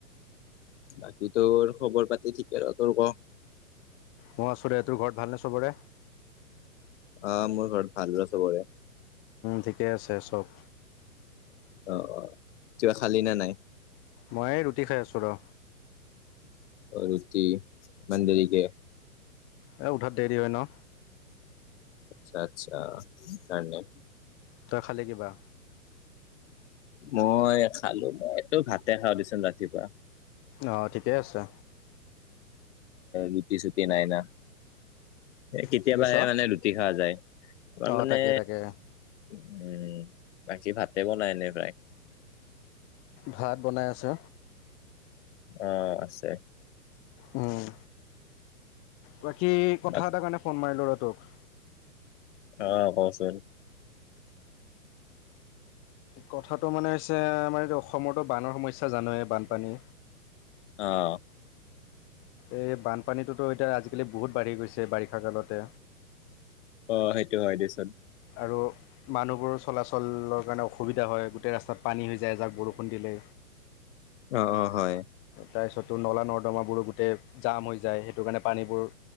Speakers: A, on the left (about 50°); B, on the left (about 25°).
A: বাকী তোৰ খবৰ পাতি ঠিকে আৰু তোৰ ক।
B: মই আছোঁৰে, তোৰ ঘৰত ভালনে চবৰে?
A: অ', মোৰ ঘৰত ভালচবৰে।
B: ঠিকে আছে চব।
A: অ', অ', কিবা খালি না নাই?
B: মই ৰুটি খাই আছো ৰ'।
A: ৰুটি ইমান দেৰিকে।
B: এ উঠাত দেৰি হয় ন'।
A: আচ্ছা আচ্ছা, কাৰণে।
B: তই খালী কিবা?
A: মই খালো মই এইটো ভাতে খাওঁ দিচোন ৰাতিপুৱা।
B: অ', ঠিকেই আছে।
A: ৰুটি চুতি নাইনা। কেতিয়াবাহে
B: কি কৈছ?
A: মানে ৰুটি খোৱা যায়, আমাৰ
B: অ'
A: মানে
B: তাকে তাকে।
A: উম বাকী ভাতে বনাই এনে প্ৰায়।
B: ভাত বনাই আছে।
A: আহ আছে।
B: উম। বাকী কথা
A: বাক
B: এটা কাৰণে ফোন মাৰিলো ৰ'টোক।
A: অ', কচোন।
B: কথাটো মানে হৈছে আমাৰ এইটো অসমতো বানৰ সমস্যা জানোৱেই বানপানী।
A: আহ।
B: এই বানপানীটোতো এতিয়া আজিকালি বহুত বাঢ়ি গৈছে বাৰিষা কালতে।
A: অ', সেইটো হয় দেচোন।
B: আৰু মানুহবোৰৰ চলাচলৰ কাৰণে অসুবিধা হয় গোটেই ৰাস্তাত পানী হৈ যায় এযাক বৰষুণ দিলে।
A: অ', অ', হয়।
B: তাৰপিছতো নলা নৰ্দমাবোৰো গোটেই যাম হৈ যায় সেইটো কাৰণে পানীবোৰ